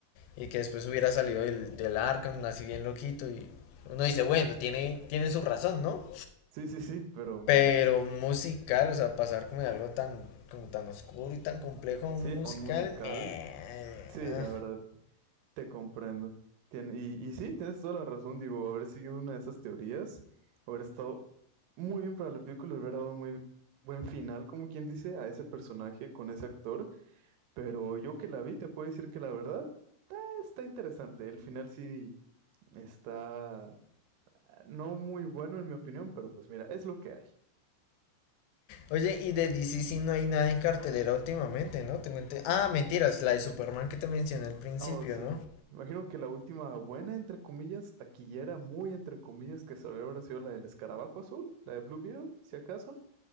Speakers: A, on the left (about 80°); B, on the right (about 85°).
A: Y que después hubiera salido del, del Arkham, así bien loquito. Y uno dice, bueno, tiene, tiene su razón, ¿no?
B: Sí, sí, sí, pero wow.
A: Pero un musical, o sea, pasar como de algo tan, como tan oscuro y tan complejo a
B: Sí,
A: un musical,
B: un musical.
A: meh,
B: Sí,
A: ah,
B: la verdad. Te comprendo. Tien- y, y sí, tienes toda la razón, digo, haber seguido una de esas teorías, haber estado muy bien para la película, le hubiera dado un muy buen final, como quien dice, a ese personaje con ese actor, pero yo que la vi te puedo decir que la verdad eh, está interesante, el final sí está eh, no muy bueno en mi opinión, pero pues mira, es lo que hay.
A: Oye, y de DC sí no hay nada en cartelera últimamente, ¿no? Tengo ente- Ah, mentiras, la de Superman que te mencioné al principio,
B: Oh, sí.
A: ¿no?
B: Imagino que la última buena, entre comillas, taquillera, muy entre comillas, que salió habrá sido la del escarabajo azul, la de Blue Beetle, si acaso.